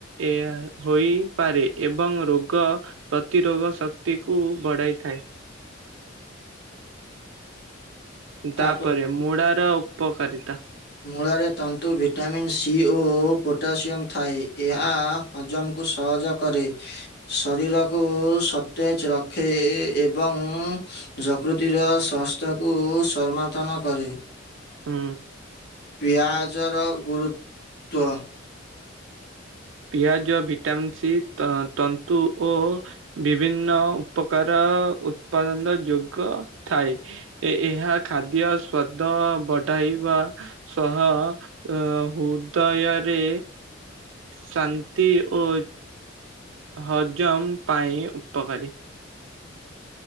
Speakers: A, on the right; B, on the left.
A: ଏହା ହୋଇପାରେ ଏବଂ ରୋଗ ପ୍ରତିରୋଗ ଶକ୍ତି କୁ ବଢାଇଥାଏ।
B: ତାପ
A: ତାପରେ ମୁଡାର ଉପକାରିତା
B: ମୂଳରେ ତନ୍ତୁ ଭିଟାମିନ୍ ସି ଓ ପୋଟାସିୟମ୍ ଥାଏ ଏହା ହଜମ କୁସହଜ କରେ। ଶରୀରକୁ ସତେଜ ରଖେ ଏବଂ ଯକୃତିର ସ୍ଵସ୍ଥ୍ୟକୁ ସମର୍ଥନ କରେ
A: ହୁଁ।
B: ପିଆଜର ଗୁରୁତ୍ତ।
A: ପିଆଜ ଭିଟାମିନ୍ ସି ତନ୍ତୁ ଓ ବିଭିନ୍ନ ଉପକାର ଉତ୍ପାଦନର ଯୋଗ ଥାଏ। ଏ ଏହା ଖାଦ୍ୟ ସ୍ୱାଦ ବଢାଇବା ସହ ଅ ହୃଦୟରେ ଶାନ୍ତି ଓ ହଜମ ପାଇଁ ଉପକାରୀ।